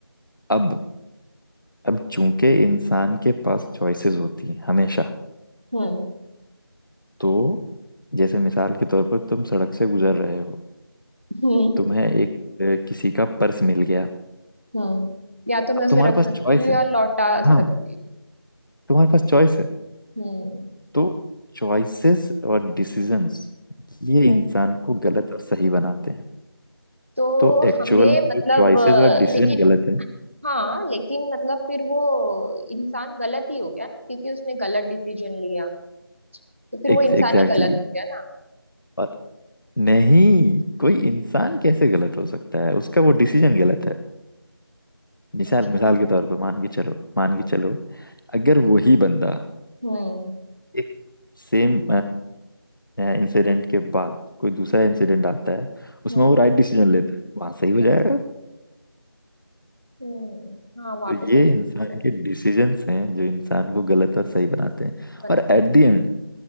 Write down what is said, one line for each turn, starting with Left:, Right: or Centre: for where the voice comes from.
Left: अब अब चूंकि इंसान के पास चॉइसेस होती हैं हमेशा
Right: हम्म
Left: तो जैसे मिसाल के तौर पर तुम सड़क से गुजर रहे हो
Right: हम्म
Left: तुम्हें एक अ, किसी का पर्स मिल गया
Right: हम्म या तो
Left: अब
Right: मैं उसे
Left: तुम्हारे
Right: रख
Left: पास
Right: सकती
Left: चॉइस
Right: हूँ
Left: है
Right: या लौटा सकती
Left: हाँ
Right: हूँ
Left: तुम्हारे पास चॉइस है
Right: हम्म
Left: तो चॉइसेस और डिसीजंस ये
Right: हम्म।
Left: इंसान को गलत और सही बनाते हैं
Right: तो
Left: तो एक्चुअल
Right: हमें
Left: में
Right: मतलब
Left: जो चॉइसेस
Right: अ,
Left: और डिसीजन
Right: लेकिन
Left: गलत है
Right: हाँ लेकिन मतलब फिर वो इंसान गलत ही हो गया ना क्योंकि उसने गलत डिसीजन लिया तो फिर वो
Left: एग्जैक्टली
Right: इंसान ही गलत हो गया ना
Left: और नहीं कोई इंसान कैसे गलत हो सकता है उसका वो डिसीजन गलत है मिसाल
Right: अच्छा
Left: मिसाल के तौर पर मान के चलो
Right: हम्म
Left: मान के चलो अगर वही बंदा
Right: हम्म
Left: एक सेम इंसिडेंट के बाद कोई दूसरा इंसिडेंट आता है उसमें
Right: हम्म
Left: वो राइट डिसीजन लेता है वहां सही हो जाएगा
Right: हम्म। हाँ वापस
Left: तो ये
Right: सही होता
Left: इंसान
Right: है
Left: के डिसीजंस हैं जो इंसान को गलत और सही बनाते हैं
Right: बना
Left: और
Right: के।
Left: एट द एंड